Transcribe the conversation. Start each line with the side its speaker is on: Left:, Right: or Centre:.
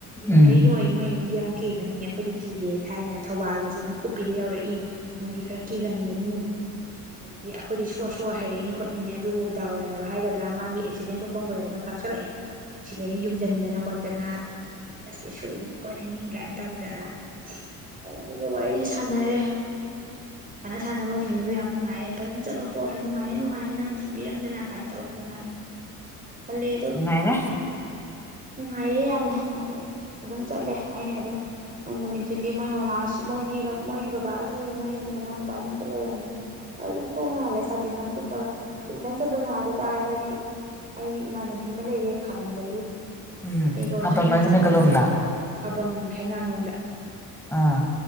Right: ꯑꯣ
Centre: ꯎꯝ
Right: ꯍꯩꯔꯣꯏ ꯅꯨꯡꯗꯤ ꯌꯥꯝ ꯀꯤꯒꯅꯤꯉꯦ ꯑꯩꯈꯣꯏꯗꯤ ꯀꯤꯗꯦ ꯊꯥꯏꯅ ꯊꯧꯕꯥꯜꯒꯁꯦ ꯃꯤꯀꯨꯞꯄꯤꯗ ꯌꯧꯔꯛꯏ ꯃꯣꯏꯗꯤ ꯈꯔ ꯀꯤꯒꯟꯕꯅꯤ ꯑꯗꯩꯗꯤ ꯑꯩꯈꯣꯏꯗꯤ ꯁꯣꯁ ꯍꯍꯥꯏꯔꯛꯏꯅꯤ ꯈꯣꯠꯂꯤꯅꯦ ꯑꯗꯨꯕꯨ ꯗꯥꯎ ꯌꯥꯗꯕ ꯍꯥꯏꯒꯗ꯭ꯔꯥ ꯃꯥꯒꯤ ꯑꯦꯛꯁꯤꯗꯦꯟ ꯊꯣꯛꯄ ꯀꯨꯡ ꯇꯥꯛꯁꯜꯂꯛꯑꯦ ꯁꯤꯗꯅ ꯌꯨꯡꯁꯤꯟꯗꯅ ꯈꯣꯠꯇꯅ ꯁꯁꯨꯣꯏꯅꯤ ꯈꯣꯠꯂꯤ ꯃꯤ ꯀꯃꯥꯏꯅ ꯇꯧꯗꯅ ꯑꯗꯨꯒ ꯋꯥꯔꯤꯁꯨ ꯁꯥꯟꯅꯔꯦ ꯁꯥꯟꯅ ꯁꯥꯟꯅ ꯃꯣꯏꯅ ꯃꯤꯗꯣ ꯌꯥꯝ ꯅꯨꯡꯉꯥꯏꯌꯦꯦ ꯐꯖꯅ ꯆꯠꯂꯣꯀꯣ ꯍꯥꯏ ꯅꯨꯡꯉꯥꯏꯔꯦ ꯅꯨꯡꯉꯥꯏꯔꯦ ꯅꯪꯅ ꯊꯤꯟꯕꯤꯔꯝꯗꯅ ꯀꯃꯥꯏꯅ ꯇꯧꯗꯅ ꯈꯜꯂꯦ ꯑꯗꯣ
Centre: ꯅꯨꯡꯥꯏꯔ
Right: ꯅꯨꯡꯉꯥꯏꯌꯦ ꯌꯥꯝꯅ ꯑꯗꯣ ꯑꯗꯨꯝ ꯆꯠꯂꯦ ꯑꯩꯅ ꯑꯗꯨꯝ ꯃꯣꯏ ꯅꯨꯃꯤꯠꯇꯨꯗꯤ ꯃꯣꯏ ꯃꯃꯥꯁꯨ ꯃꯣꯏꯒꯤ ꯃꯣꯏꯒꯤ ꯕꯕꯥꯁꯨ ꯃꯣꯏꯒꯤ ꯃꯅꯥꯎ ꯅꯨꯄꯥꯁꯨ ꯑꯝꯇ ꯂꯩꯔꯝꯗ꯭ꯔꯦ ꯑꯩ ꯑꯗꯨꯝ ꯈꯣꯡꯅꯍꯜꯂꯦ ꯁꯥꯇꯤꯟ ꯇꯨꯞꯞꯄꯒ ꯑꯗꯨ ꯏꯊꯟ ꯆꯠꯄ ꯅꯨꯡꯉꯥꯏꯇ ꯇꯥꯔꯒꯗꯤ ꯑꯩꯒꯤ ꯏꯃꯥꯟꯅꯕꯤ ꯑꯃ ꯂꯩꯌꯦ ꯈꯥꯕꯝꯗꯒꯤ
Centre: ꯎꯝ
Right: ꯑꯩꯒ ꯋꯥꯈꯜ
Centre: ꯑꯄꯥꯃꯒꯤꯅ
Right: ꯌꯥꯝ ꯆꯥꯟꯅꯕ
Centre: ꯀ ꯇꯣꯗ
Right: ꯈꯥꯕꯝ ꯍꯩꯉꯥꯡ ꯂꯣꯝꯗ
Centre: ꯑꯥ